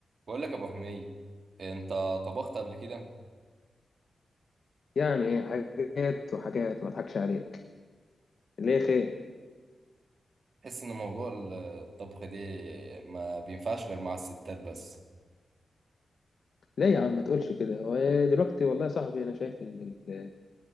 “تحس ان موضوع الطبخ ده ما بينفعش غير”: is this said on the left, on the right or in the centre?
Right